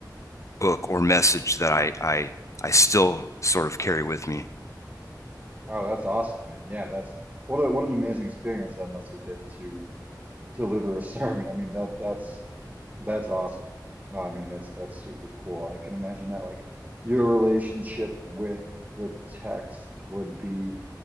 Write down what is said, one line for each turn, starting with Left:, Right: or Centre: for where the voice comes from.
Left: book or message that I, I, I still sort of carry with me.
Right: Oh, that's awesome, man. Yeah, that's what a what an amazing experience that must have been to. deliver a <laughs> sermon. I mean that that's that's awesome. No, I mean that's that's super cool. I can imagine that like your relationship with the text would be